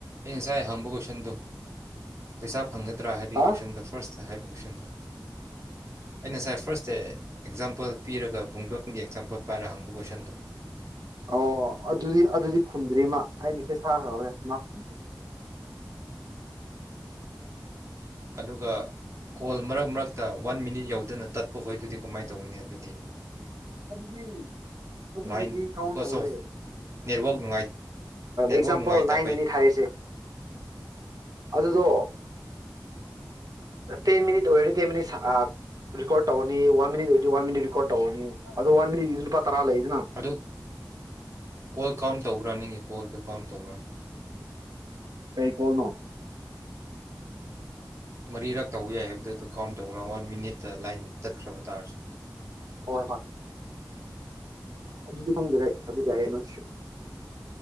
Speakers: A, on the right; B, on the right.
A: ꯑꯟꯁꯥꯏ ꯍꯥꯡꯕ ꯀꯣꯏꯁꯟꯗꯨꯣ ꯄꯩꯁꯥ ꯐꯪꯒꯗ꯭ꯔꯥ ꯍꯥꯏꯕꯒꯤ
B: ꯑ
A: ꯀꯣꯏꯁꯟꯗꯨꯣ ꯐꯥꯔꯁꯇ ꯍꯥꯏꯕ ꯀꯣꯏꯁꯟꯗꯨ ꯑ ꯉꯁꯥꯏ ꯐꯥꯔꯁ ꯗ ꯑꯦꯛꯖꯥꯝꯄꯜ ꯄꯤꯔꯒ ꯨꯡꯗꯣꯟꯒꯤ ꯑꯦꯛꯖꯥꯝꯄꯜ ꯄꯥꯏꯔ ꯍꯪꯕ ꯀꯣꯏꯁꯟꯗꯣ
B: ꯑꯣ ꯑꯗꯨꯗꯤ ꯑꯗꯨꯗꯤ ꯈꯨꯝꯗ꯭ꯔꯤ ꯃꯥ ꯑꯩ ꯃꯦꯁꯦꯖ ꯊꯥꯈ꯭ꯔꯕꯅꯦ ꯃꯥ ꯈꯨꯝꯟꯗ꯭ꯔꯤ
A: ꯑꯗꯨꯒ ꯀꯣꯜ ꯃꯔꯛ ꯃꯔꯛꯇ ꯋꯥꯟ ꯃꯤꯅꯤꯠ ꯌꯧꯗꯅ ꯇꯠꯄꯈꯣꯏꯗꯨꯗꯤ ꯀꯃꯥꯏꯅ ꯇꯧꯅꯤ ꯑꯗꯨꯗꯤ
B: ꯑꯗꯨꯗꯤ ꯑꯗꯨꯕꯨꯗꯤ
A: ꯂꯥꯏꯟ
B: ꯀꯥꯎꯟ
A: ꯕꯤꯀꯣꯁ
B: ꯇꯧꯔꯣꯏ
A: ꯑꯣꯐ ꯅꯦꯠꯋꯥꯛ ꯅꯨꯡꯉꯥꯏ ꯅꯦꯠꯋꯥꯛ
B: ꯑꯦꯛꯖꯥꯝꯄꯜ
A: ꯅꯨꯡꯉꯥꯏꯇꯕꯩ
B: ꯅꯥꯏꯟ ꯃꯤꯅꯤꯠ ꯍꯥꯏꯔꯤꯁꯦ ꯑꯗꯨꯗꯣ ꯇꯩꯃꯤꯅꯤ ꯗꯣꯏ ꯇꯃꯤꯅꯤ ꯁꯥ ꯔꯤꯀꯣꯔꯠ ꯇꯧꯧꯕꯅꯤ ꯋꯥꯟ ꯃꯤꯠ ꯑꯣꯏꯔꯗꯤ ꯋꯥꯟ ꯃꯤꯠ ꯔꯤꯀꯣꯔꯠ ꯇꯧꯧꯕꯅꯤ ꯑꯗꯨ ꯋꯥꯟ ꯃꯤꯠꯗꯤ ꯂꯨꯄꯥ ꯇꯔꯥ ꯂꯩꯗꯅ
A: ꯑꯗꯨ ꯀꯣꯜ ꯀꯥꯎꯟ ꯇꯧꯕ꯭ꯔꯥ ꯅꯪꯒꯤ ꯀꯣꯜꯗꯨ ꯀꯥꯎꯟ ꯇꯧꯕ꯭ꯔꯥ
B: ꯀꯩ ꯀꯣꯜꯅꯣ
A: ꯃꯔꯤꯔꯛ ꯇꯧꯕ ꯌꯥꯏ ꯍꯥꯏꯕꯗꯨ ꯑꯗꯨ ꯀꯥꯎꯟ ꯇꯧꯧꯕ꯭ꯔꯥ ꯋꯥꯟ ꯃꯤꯅꯤꯠꯇ ꯂꯥꯏꯟ ꯇꯠꯈ꯭ꯔꯕ ꯇꯥꯔꯁꯨ
B: ꯍꯣꯏ ꯍꯣꯏ ꯑꯗꯨꯗꯤ ꯈꯪꯕꯤꯔꯦ ꯑꯗꯨꯗꯤ
A: ꯎꯝ
B: ꯑꯩ ꯅ